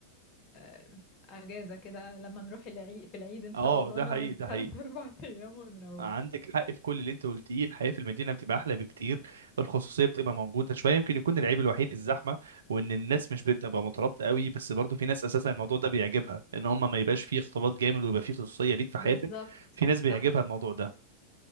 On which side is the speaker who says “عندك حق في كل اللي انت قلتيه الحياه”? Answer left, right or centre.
Right